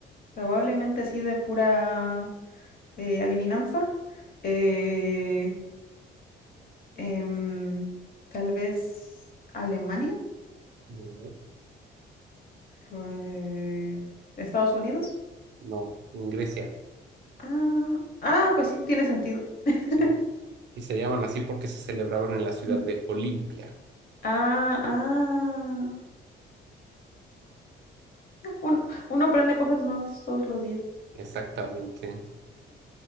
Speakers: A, on the left; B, on the right.
A: probablemente así de pura eh, adivinanza. eh, em, tal vez Alemania,
B: No,
A: eh, Estados Unidos.
B: no, en Grecia,
A: Ah, ah, pues sí, tiene sentido. <laughs>
B: sí. Y se llaman así porque se celebraban en la ciudad
A: Mm,
B: de Olimpia.
A: Ah, ah. Uno, uno aprende cosas nuevas todos los días.
B: Exactamente.